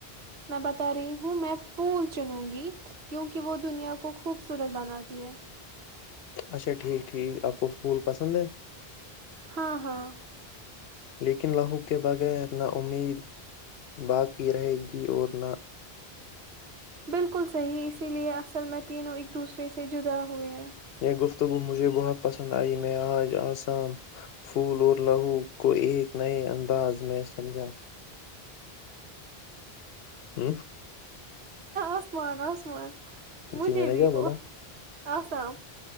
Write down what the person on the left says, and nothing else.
اچھا ٹھیک ٹھیک آپ کو پھول پسند ہے <unintelligible>
لیکن لہو کے بغیر نہ امید باقی رہے گی اور نہ <unintelligible>
یہ گفتگو مجھے بہت پسند آئی میں آج آسام پھول اور لہو کو ایک نئے ان <unintelligible> انداز میں سمجھا <unintelligible> ا
جی میں نے
کیا بولا
<unintelligible>